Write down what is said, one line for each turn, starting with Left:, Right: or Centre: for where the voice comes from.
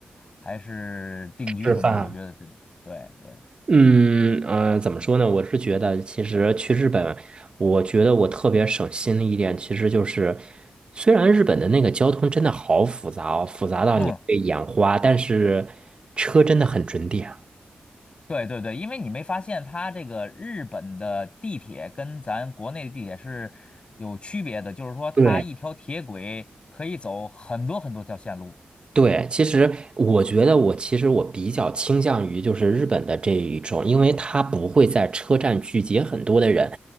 Left: 还是定居什么的，
Right: 吃饭，
Left: 我觉得这对对，
Right: 嗯呃，怎么说呢？我是觉得，其实去日本，我觉得我特别省心的一点，其实就是，虽然日本的那个交通真的好复杂哦，复杂到你会眼花，
Left: 嗯，
Right: 但是车真的很准点。
Left: 对对对，因为你没发现它这个日本的地铁跟咱国内的地铁是有区别的，就是说它一条铁轨可以走很多很多条线路。
Right: 对。对，其实我觉得我其实我比较倾向于就是日本的这一种，因为它不会在车站聚集很多的人，